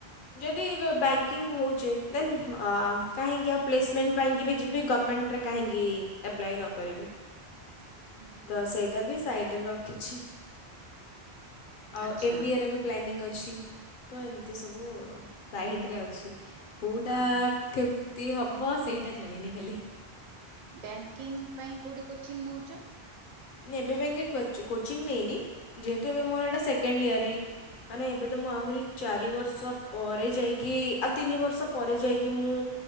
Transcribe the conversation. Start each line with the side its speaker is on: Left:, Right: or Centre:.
Left: ଯଦି ବ୍ୟାଙ୍କିଙ୍ଗ ହୋଉଛେ ଦେନ୍ ଅ କାହିଁକି ଆଉ ପ୍ଲେସମେଣ୍ଟ ପାଇଁକି ବି ଯିବି ଗଭର୍ଣ୍ଣମେଣ୍ଟରେ କାହିଁକି ଆପ୍ଲାଏ ନ କରିବି।
Right: ହୁଁ
Left: ତ ସେଇଟା ବି ସାଇଡରେ ରଖିଛି। ଆଉ
Right: ଆଚ୍ଛା
Left: ଏମ୍ ବି ଏର ବି ପ୍ଲାନିଂ ଅଛି ତ ଏମିତି ସବୁ ସାଇଡ଼ରେ ଅଛି। କୋଉଟା
Right: ଆ
Left: କେମିତି ହେବ ସେଇଟା ଜାଣିନି ଖାଲି।
Right: ବ୍ୟାଙ୍କିଙ୍ଗ ପାଇଁ କୋଉଠି କୋଚିଂ ନୋଉଛ।
Left: ନାଇଁ ଏବେ ପାଇଁକି କୋଚ୍ କୋଚିଂ ନେଇନି ଯେହେତୁ
Right: ହୁଁ
Left: ଏବେ ମୋର ଏଇଟା ସେକେଣ୍ଡ ଇୟର୍ ହିଁ ମାନେ ଏବେ ତ ମୁଁ ଆହୁରି ଚାରି ବର୍ଷ ପରେ ଯାଇକି ଆଉ ତିନି ବର୍ଷ ପରେ ଯାଇକି ମୁଁ